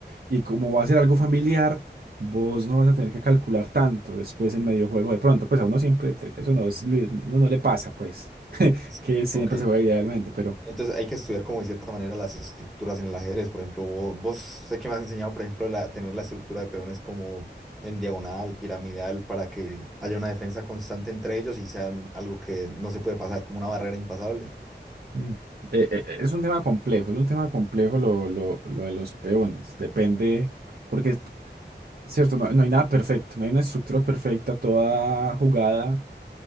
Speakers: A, on the right; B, in the centre.
A: y como va a ser algo familiar. Vos no vas a tener que calcular tanto después en medio juego de pronto, pues a uno siempre, te- eso no es, lo- uno no le pasa, pues.
B: Sí,
A: que siempre
B: ok.
A: se juega idealmente, pero
B: Entonces hay que estudiar como de cierta manera las estructuras en el ajedrez. Por ejemplo, vo- vos, sé que me has enseñado, por ejemplo, la, tener la estructura de peones como en diagonal, piramidal, para que haya una defensa constante entre ellos y sean algo que no se puede pasar, como una barrera impasable.
A: Mm. eh, eh, es un tema complejo, es un tema complejo lo, lo, lo de los peones. Depende, porque cierto, no, no hay nada perfecto, no hay una estructura perfecta, toda jugada,